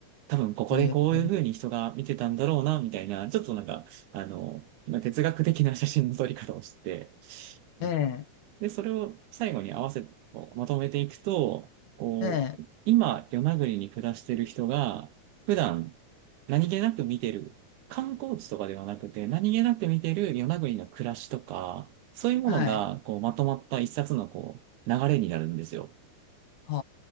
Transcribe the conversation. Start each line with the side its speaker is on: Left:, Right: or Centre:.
Right: 多分ここでこういう風に人が見てたんだろうな、
Left: ええ、
Right: みたいな、ちょっとなんか、あの、まあ哲学的な写真の撮り方をして、うんで、
Left: ええ、
Right: それを最後に合わせ、こうまとめていくと、こう、
Left: ええ
Right: 今、与那国に暮らしてる人が、普段、何気なく見てる、観光地とかではなくて、何気なく見てる与那国の暮らしとか、そういうものが、
Left: はい、
Right: こう、まとまった一冊の、こう、流れになるんですよ。
Left: は